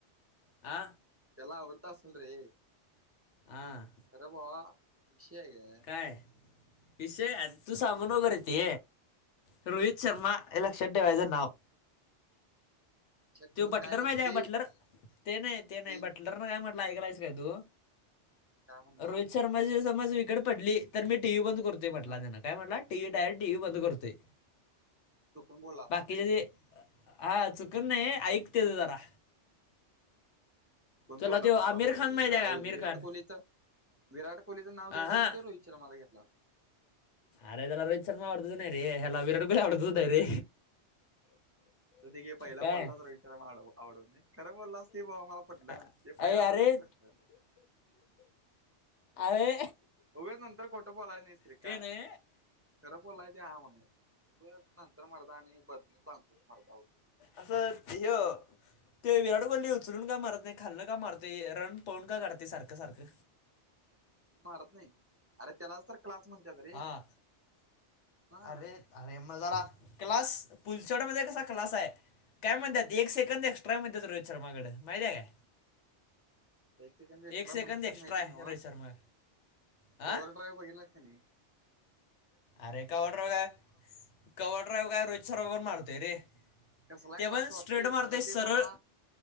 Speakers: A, on the left (about 75°); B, on the right (about 20°).
A: आ
B: त्याला आवरत असलं रे.
A: आं
B: खरं भावा, विषय हाय काय.
A: काय विषय ह्याज, तू सांगू नको रे ते, रोहित शर्मा हे लक्षात ठेवायचं नाव.
B: लक्षात
A: त्यो
B: ठेवून
A: बटलर
B: नसतय.
A: माहितेय काय बटलर, ते नाही, ते नाही
B: री
A: बटलर बटलर नं काय म्हंटलाय ऐकलायस काय तू,
B: काय म्हणला
A: रोहित श समजायचे ते समज विकेट पडली तर मी टीव्ही बंद करतोय म्हंटला
B: ह
A: त्यांन. काय म्हंटला, T V direct, T V बंद करतोय,
B: चुकून बोलला असेल
A: बाकीचे
B: रे.
A: जे हा चुकुन नाही, ऐक तेज जरा.
B: कोण
A: तुला
B: तोंडातनं
A: तो आमिर
B: आला असलं
A: खान
B: रे तेच्या,
A: माहिती आहे का आमिर
B: विराट
A: खान
B: कोहलीचं विराट कोहलींच नाव
A: हा
B: घ्यायचं रोहित शर्माचा घेतल्यात.
A: अरे त्याला रोहित शर्मा आवडतच नाही रे, ह्याला विराट कोहली आवडतच नाही रे
B: जाऊदे घे, पहिला
A: काय
B: बॉल लाच रोहित शर्मा आउट होतोय, खरं बोललास ते भावा मला पटलं
A: अ-
B: हं.
A: अरे अरे
B: <unintelligible>
A: अरे
B: उगच नंतर खोटं बोलायचं नाहीस. रे
A: ते
B: काय
A: नाय
B: खरं बोलाय ते हा म्हणायचं, उगच नंतर मरदा आणि बदलून सांगतोय मर्दा वो
A: असंच ह्यो ते विराट कोहली उचलून का मारत नाही खालनं का मारतय, रन पळून काढतय सारखं सारखं.
B: मारत नाही, अरे त्यालाच तर क्लास म्हणत्यात रे.
A: हा
B: हा.
A: अरे, अरे म जरा, क्लास पुलचड मध्ये कसा क्लास हाय काय म्हणत्यात एक सेकंद एक्स्ट्राय म्हणत्यात रोहित शर्माकड माहितेय काय.
B: म एक सेकंद एक्स्ट्रा
A: एक सेकंद
B: म्हणत्यात
A: एक्स्ट्रा
B: माहितेय
A: आहे
B: नवं,
A: रोहित शर्मा हा
B: ओवर ड्राईव्ह बघितलाईस की नही.
A: अरे कवा ड्रायव, कवा ड्रायव काय रोहित शर्मा पण मारतोय रे.
B: कसला
A: ते
B: क्लास
A: पण स्ट्रेट
B: वाटतोय,
A: मारतोय
B: खरं
A: सरळ
B: ते भावा